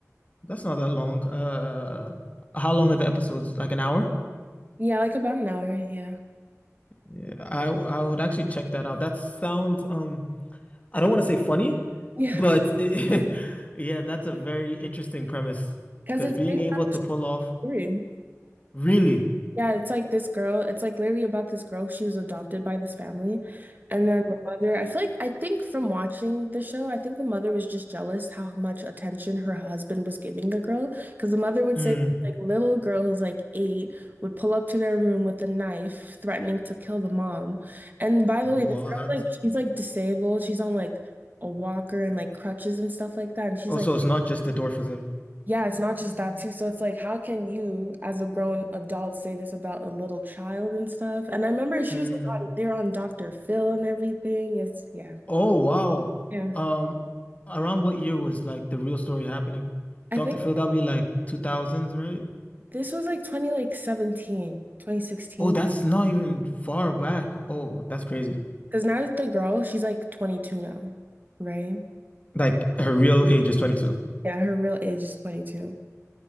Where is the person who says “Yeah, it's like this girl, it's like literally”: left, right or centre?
Right